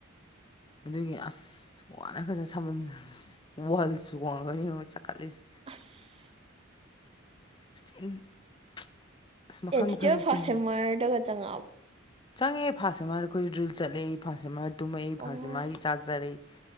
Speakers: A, on the left; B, on the right.
A: ꯑꯗꯨꯒꯤ ꯑꯁ ꯋꯥꯈꯔꯖꯥꯅꯤ ꯁꯝꯕꯟꯗꯣ ꯋꯥꯜ ꯆꯣꯡꯉꯒꯅꯤ ꯆꯠꯈꯠꯂꯤꯁꯦ
B: ꯑꯁ
A: <unintelligible> ꯑꯁ ꯃꯈꯜ
B: ꯑꯦ ꯆꯤꯆꯦ
A: ꯃꯈꯜꯁꯦ
B: ꯍꯣꯏ ꯐꯥꯁ
A: ꯆꯍꯤ
B: ꯁꯦꯝꯑꯣꯏꯔꯗꯒ ꯆꯪꯉꯛꯑꯕꯣ
A: ꯆꯪꯉꯦ ꯐꯥꯁ ꯑꯦ ꯃꯥꯔ ꯑꯩꯈꯣꯏ ꯗ꯭ꯔꯤꯜ ꯆꯠꯂꯛꯏ ꯐꯥꯁ ꯑꯦ ꯃꯥꯔ ꯇꯨꯝꯃꯛꯏ
B: ꯑꯣ
A: ꯐꯥꯁ ꯑꯦ ꯃꯥꯔꯒꯤ ꯆꯥꯛ ꯆꯥꯔꯛꯏ